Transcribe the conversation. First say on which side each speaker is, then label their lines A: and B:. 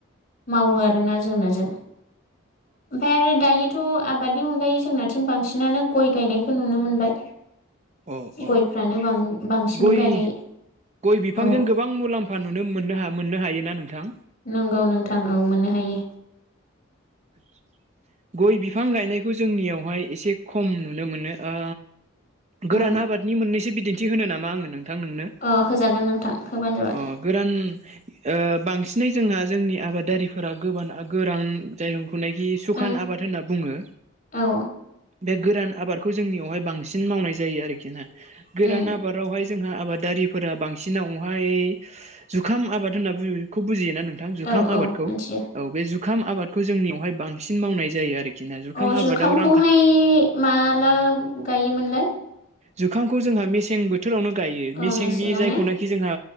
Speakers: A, on the left; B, on the right.
A: मावो आरोना जोंना जों ओमफ्राय आरो दायो थ' आबादनि मुगायै जोंनाथिं बांसिनानो गय गायनायखौ नुनो मोनबाय
B: अ अ
A: गयफ्रानो बां बांसिन
B: गय
A: गायनाय
B: गय बिफांजों
A: औ
B: गोबां <unintelligible> नुनो मोनो मोननो हायो ना नोंथां
A: नंगौ नोंथां औ मोननो हायो।
B: <inaudible> गय बिफां गायनायखौ जोंनियावहाय एसे खम नुनो मोनो ओ गोरान
A: औ
B: आबादनि मोननैसो बिदिन्थि होनो नामा आङो नों नोंथां नोंनो
A: अ होजागोन नोंथां होबानो जाबाय
B: अ गोरान ओ बांसिनै जोंहा जोंनि आबादारिफोरा गोबाना गोरान जाय हुनायखि सुखान
A: ओं
B: आबाद होनना बुङो
A: औ
B: बे गोरान आबादखौ जोंनियावहाय बांसिन मावनाय जायो आरोखि ना गोरान
A: उम
B: आबादावहाय जोंहा आबादारिफोरा बांसिनावहाय जुखाम आबाद होननाखौ बुजियोना नोंथां नोंथां जुखाम
A: औ
B: आबादखौ
A: औ मिथियो
B: औ बे जुखाम आबादखौ जोंनियावहाय बांसिन मावनाय जायो आरोखि ना जुखाम
A: अ जुखामखौहाय
B: आबादाव रांखा
A: माला गायोमोनलाय?
B: जुखामखौ जोंहा मेसें बोथोरावनो गायो
A: औ
B: मेसेंनि
A: मेसेङाव
B: जायखौनाखि
A: ने
B: जोंहा